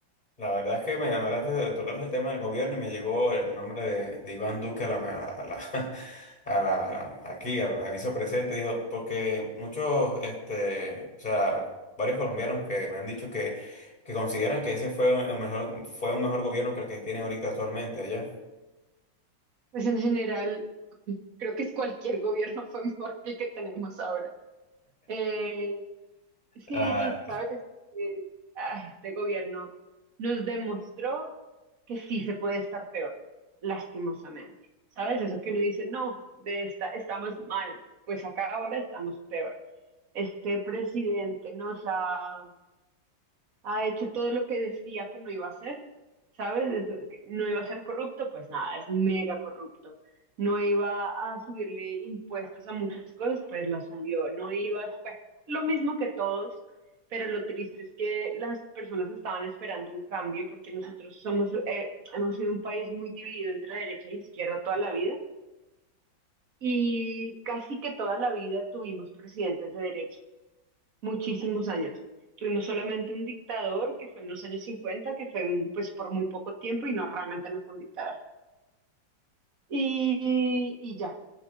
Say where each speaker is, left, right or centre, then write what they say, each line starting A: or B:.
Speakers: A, on the left (about 20°); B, on the right (about 50°).
A: La verdad es que me hablaste de el tema del gobierno y me llegó el nombre de, de Iván Duque a la, a la, <laughs> a la- a la- aquí, al al inicio presente, digo, porque muchos, este, o sea, varios colombianos que me han dicho que, que consideran que ese fue un mejor, fue un mejor gobierno que el que tienen ahorita actualmente allá.
B: Pues en general, creo que es cualquier gobierno fue mejor que el que tenemos ahora. Eh, sí,
A: Ah,
B: sabes, Eh, ah, este gobierno nos demostró que sí se puede estar peor, lastimosamente. ¿Sabes? Eso que uno dice, no, de esta estamos mal, pues acá ahora estamos peor. Este presidente nos ha ha hecho todo lo que decía que no iba a hacer, ¿sabes? Eso- que no iba a ser corrupto, pues nada, es mega corrupto. No iba a subirle impuestos a muchas cosas, pues la subió. No iba, bueno, lo mismo que todos, pero lo triste es que las personas estaban esperando un cambio porque nosotros somos, eh, hemos sido un país muy dividido entre derecha e izquierda toda la vida. Y casi que toda la vida tuvimos presidentes de derecha muchísimos años. Tuvimos solamente un dictador que fue en los años 50, que fue pues por muy poco tiempo y no realmente no fue un dictador. Y, y ya.